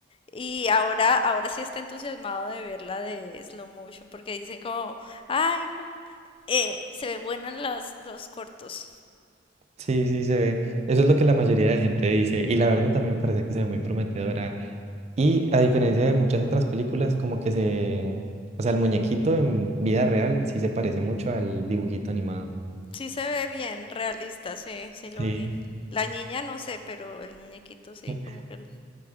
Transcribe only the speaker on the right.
Sí, sí, se ve. Eso es lo que la mayoría de gente dice. Y la verdad también parece que se ve muy prometedora. Y a diferencia de muchas otras películas, como que se... O sea, el muñequito en vida real sí se parece mucho al dibujito animado.
Sí.
<laughs>